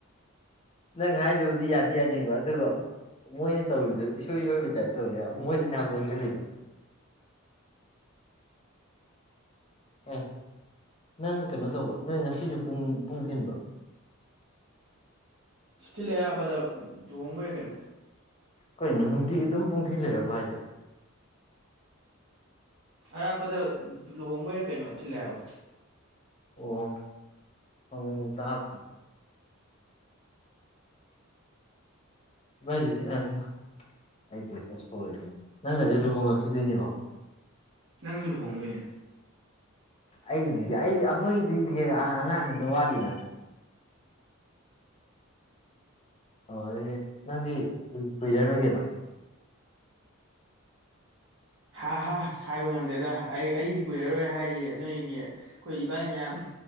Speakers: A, on the left (about 30°); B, on the right (about 60°).
A: ꯅꯪ ꯍꯥꯏꯗꯕꯨꯗꯤ ꯌꯥꯗꯦ ꯌꯥꯅꯤꯡꯕ ꯑꯗꯨꯒ ꯃꯣꯏꯅ ꯇꯧꯔꯤꯗꯣ ꯏꯁꯣꯏ ꯏꯁꯣꯏꯕꯤ ꯇꯥꯏꯞꯇ ꯇꯧꯔꯤꯦꯕ ꯃꯣꯏꯗꯅꯦ ꯍꯥꯏꯕ ꯑꯣꯟꯁꯤꯜꯂꯤꯗꯣ <inaudible> ꯑꯦ ꯅꯪ ꯀꯩꯅꯣ ꯇꯧꯕ ꯅꯣꯏ ꯉꯁꯤꯁꯨ ꯄꯨꯡ ꯄꯨꯡ ꯊꯤꯟꯕ
B: ꯁꯤꯂ ꯑꯔꯥꯞꯄꯗ ꯂꯨꯍꯣꯡꯕ ꯌꯥ ꯀꯩꯅꯣ
A: ꯀꯩꯅꯣ ꯅꯨꯡꯇꯤꯒꯤ ꯑꯗꯨꯝ ꯄꯨꯡꯊꯤꯜ ꯂꯩꯔꯕ ꯍꯥꯏꯁꯦ
B: ꯑꯔꯥꯞꯄꯗ ꯂꯨꯍꯣꯡꯕꯩꯔ ꯀꯩꯅꯣ ꯊꯤꯜꯂꯦꯕ
A: ꯑꯣ ꯑ ꯇꯥꯁ ꯃꯖꯦꯁꯤ ꯑꯔ ꯑꯩ ꯀ ꯍꯦꯛꯇ ꯁꯣꯏꯔꯤꯦ ꯅꯪꯒꯗꯤ ꯂꯨꯍꯣꯡꯂꯛꯈꯤꯗꯣꯏꯅꯦꯕ
B: ꯅꯪꯁꯨ ꯂꯨꯍꯣꯡꯗꯣꯏꯅꯦ
A: ꯑꯩꯒꯤꯗꯤ ꯑꯩ ꯑꯩꯈꯣꯏꯒꯤꯗꯤ ꯑꯉꯥꯡꯗꯨꯅ ꯋꯥꯠꯂꯤꯗ ꯍꯣꯏ ꯅꯪꯗꯤꯨꯏ ꯀꯨꯏꯂꯔ ꯑꯣꯏꯒꯅꯣ
B: ꯍꯥ ꯍꯥꯥ ꯍꯥꯏꯕ ꯉꯝꯗꯦꯗ ꯑꯩ ꯑꯩꯗꯤ ꯀꯨꯏꯔꯔꯣꯏ ꯍꯥꯏꯔꯤꯌꯦ ꯅꯣꯏꯒꯤ ꯑꯩꯈꯣꯏ ꯏꯕꯥꯏ ꯃꯌꯥꯝ